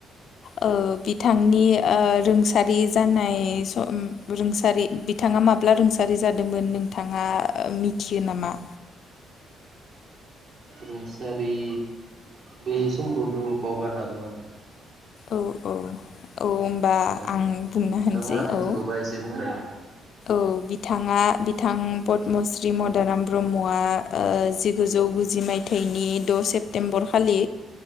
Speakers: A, on the left (about 65°); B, on the right (about 70°).
A: ओ बिथांनि ओ रोंसारि जानाय सम रोंसारि बिथाङा माब्ला रोंसारि जादोंमोन नोंथाङा मिथियो नामा?
B: रुंसारि बे समखौनथ' बावगारना दं आङो।
A: औ औ औ।
B: नोंथा
A: आं बुंनो
B: नोंथाङा
A: होनसै
B: ओइटिगौबा
A: औ
B: एसे बुंलाय।
A: औ बिथाङा बिथां पदमश्री मदाराम ब्रह्मआ ओ जिगुजौ गुजि मायथाइनि द' सेप्तेम्बरखालि